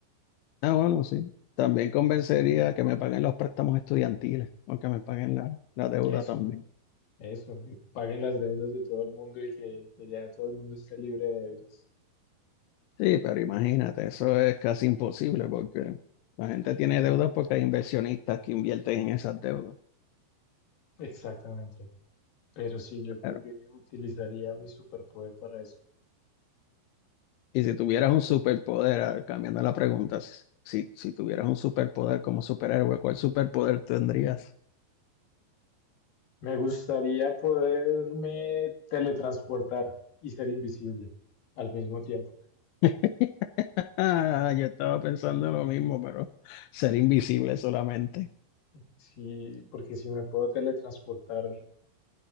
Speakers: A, on the left; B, on the left.
A: Ah, bueno, sí. También convencería que me paguen los préstamos estudiantiles o que me paguen la, la deuda
B: Eso.
A: también.
B: Eso, que paguen las deudas de todo el mundo y que, que ya todo el mundo esté libre de deudas.
A: Sí, pero imagínate, eso es casi imposible porque la gente tiene deudas porque hay inversionistas que invierten en esas deudas.
B: Exactamente. Pero sí, yo
A: Claro.
B: creo que utilizaría mi superpoder para eso.
A: Y si tuvieras un superpoder, a ver, cambiando la pregunta, si, si si tuvieras un superpoder como superhéroe, ¿cuál superpoder tendrías?
B: Me gustaría poderme teletransportar y ser invisible al mismo tiempo.
A: <laughs> Ah, yo estaba pensando lo mismo, pero ser invisible solamente.
B: Sí, porque si me puedo teletransportar